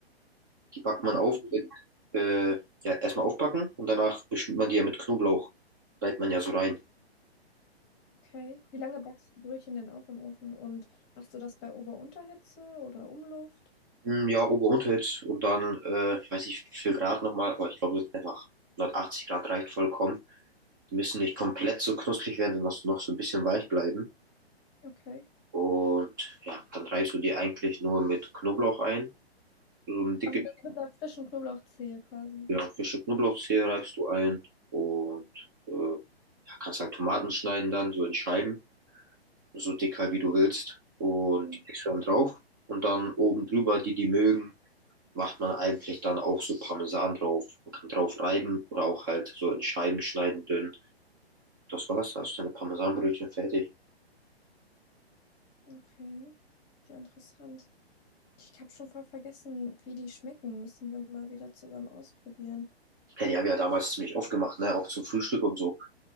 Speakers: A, on the right (about 20°); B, on the left (about 25°).
A: die backt man auf
B: Ah,
A: mit, äh, ja, erstmal aufbacken und danach beschmiert man die ja mit Knoblauch. Reibt man ja so rein.
B: Okay. Wie lange backst du die Brötchen denn auf im Ofen? Und machst du das bei Ober-Unterhitze oder Umluft?
A: Hm, Ja, Ober- und Unterhitze und dann, äh, ich weiß nicht wie viel Grad nochmal, aber ich glaube einfach 180 Grad reicht vollkommen. Die müssen nicht komplett so knusprig werden, sondern noch so ein bisschen weich bleiben.
B: Okay.
A: Und ja, dann reibst du die eigentlich nur mit Knoblauch ein. So ein dicke,
B: Also das mit einer frischen Knoblauchzehe quasi.
A: ja, frische Knoblauchzehe reibst du ein und äh, ja, kannst halt Tomaten schneiden dann so in Scheiben, so dick halt wie du willst. Und
B: Mhm.
A: die legst du dann drauf und dann oben drüber, die die mögen, macht man eigentlich dann auch so Parmesan drauf. Man kann drauf reiben oder auch halt so in Scheiben schneiden, dünn. Das war's, hast du deine Parmesanbrötchen fertig.
B: Okay. Ja, interessant. Ich habe schon voll vergessen, wie die schmecken. Müssen wir mal wieder zusammen ausprobieren.
A: Ja, die haben ja damals ziemlich oft gemacht, ne? Auch zum Frühstück und so.